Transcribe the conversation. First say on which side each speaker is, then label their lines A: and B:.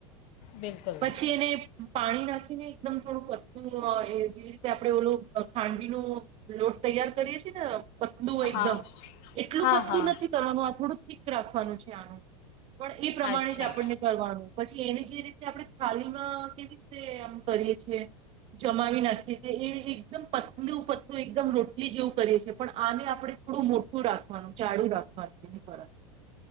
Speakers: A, on the left; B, on the right.
A: બિલકુલ
B: પછી એને પાણી માં નાખીને એકદમ થોડું પતું અ એ જે રીતે આપડે ઓલું ખાંડવી નો લોટ તૈયાર કરીએ છીએ ને પટલું હોય એકદમ
A: હા
B: એટલું
A: હા
B: પતલુ
A: હા
B: નથી કરવાનું આ થોડું થીક રાખવાનું છે આનું. પણ એ પ્રમાણે
A: અચ્છા
B: જ આપણને કરવાનું. જે રીતે આપ. <unintelligible> કેવી રીતે આમ કરીએ છેએ જમાવી નાખીએ છેએ એ એકદમ પતલું પતલું એકદમ રોટલી જેવું કરીએ છે પણ આને આપણે થોડું મોટું રાખવાનું જાડું રાખવાનું એ પરત.